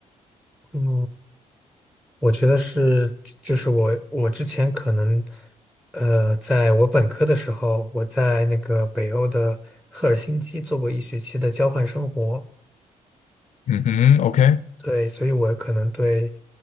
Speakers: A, in the centre; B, on the left (about 60°).
A: 嗯我觉得是，就是我我之前可能，呃，在我本科的时候，我在那个北欧的赫尔辛基做过一学期的交换生活，
B: 嗯哼，OK，
A: 对，所以我可能对